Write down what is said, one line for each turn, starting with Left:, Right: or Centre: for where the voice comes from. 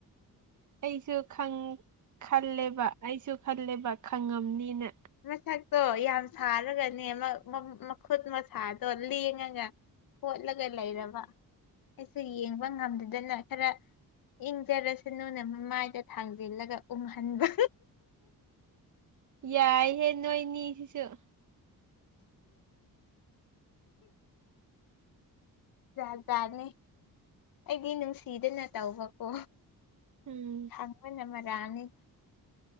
Right: ꯑꯩꯁꯨ ꯈꯪ ꯈꯜꯂꯦꯕ ꯑꯩꯁꯨ ꯈꯜꯂꯦꯕ ꯈꯪꯉꯝꯅꯤꯅ
Left: ꯃꯁꯛꯇꯣ ꯌꯥꯝ ꯁꯥꯔꯒꯅꯦ ꯑꯃ ꯃꯈꯨꯠ ꯃꯁꯥꯗꯣ ꯂꯦꯡꯉꯒ ꯍꯣꯠꯂꯒ ꯂꯩꯔꯕ ꯑꯩꯁꯨ ꯌꯦꯡꯕ ꯉꯝꯗꯗꯅ ꯈꯔ ꯏꯪꯖꯔꯁ ꯅꯨꯅ ꯃꯃꯥꯏꯗ ꯊꯥꯡꯖꯤꯜꯂꯒ ꯎꯪꯍꯟꯕ
Right: ꯌꯥꯏꯍꯦ ꯅꯣꯏꯅꯤ ꯁꯤꯁꯨ
Left: ꯖꯥꯠ ꯖꯥꯠꯅꯤ ꯑꯩꯗꯤ ꯅꯨꯡꯁꯤꯗꯅ ꯇꯧꯕꯀꯣ
Right: ꯎꯝ
Left: ꯑꯪꯄꯅ ꯃꯔꯥꯅꯤ